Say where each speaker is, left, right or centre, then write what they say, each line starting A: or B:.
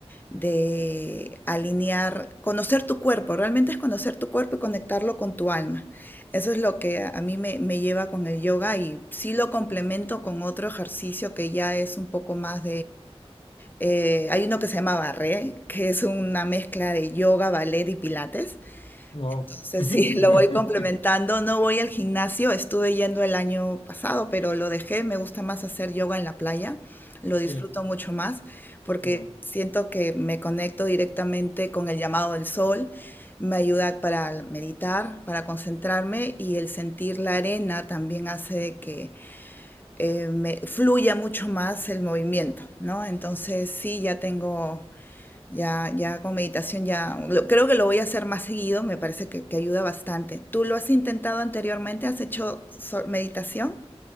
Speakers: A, on the left (about 20°); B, on the left (about 55°).
A: de alinear, conocer tu cuerpo, realmente es conocer tu cuerpo y conectarlo con tu alma. Eso es lo que a a mí me, me lleva con el yoga y sí lo complemento con otro ejercicio que ya es un poco más eh, hay uno que se llama Barré, que es una mezcla de yoga, ballet y pilates.
B: Wow.
A: Entonces,
B: <laughs>
A: sí, <laughs> lo voy complementando. No voy al gimnasio, estuve yendo el año pasado, pero lo dejé. Me gusta más hacer yoga en la playa, lo
B: Sí,
A: disfruto mucho más porque
B: qué bueno.
A: siento que me conecto directamente con el llamado del sol. Me ayuda para meditar, para concentrarme y el sentir la arena también hace de que eh, me fluya mucho más el movimiento, ¿no? Entonces sí, ya tengo ya, ya con meditación ya, lo- creo que lo voy a hacer más seguido, me parece que, que ayuda bastante. ¿Tú lo has intentado anteriormente? ¿Has hecho so- meditación?